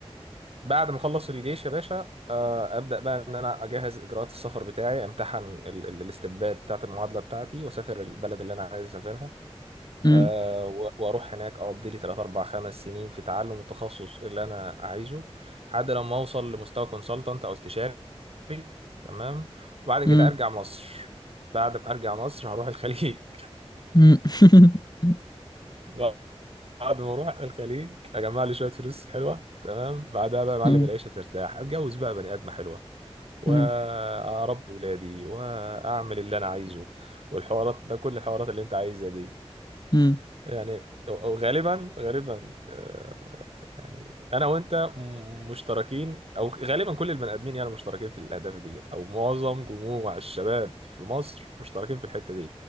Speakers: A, on the right; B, on the left.
A: بعد ما أخلص الجيش يا باشا آه، أبدأ بقى إن أنا أجهز إجراءات السفر بتاعي أمتحن ال- ال- الاستبداد بتاعة المعادلة بتاعتي وأسافر البلد اللي أنا عايز أسافرها آه،
B: مم،
A: و- وأروح هناك أقضي لي 3 4 5 سنين في تعلم التخصص اللي أنا عايزه لحد لما أوصل لمستوى كونسلتنت أو استشاري تمام وبعد كده
B: مم،
A: أرجع مصر بعد ما أرجع مصر هروح الخليج
B: مم. <laughs>
A: <laughs> بعد ما اروح الخليج اجمع لي شويه فلوس حلوه تمام بعدها بقى يا معلم
B: مم،
A: العيشه ترتاح اتجوز بقى بني ادمه حلوه واربي
B: مم،
A: ولادي واعمل اللي انا عايزه والحوارات ده كل الحوارات اللي انت عايزها دي
B: مم.
A: يعني غالبا غالبا آه، يعني انا وانت م- مشتركين او غالبا كل البني ادمين يعني مشتركين في الاهداف ديت او معظم جموع الشباب في مصر مشتركين في الحته دي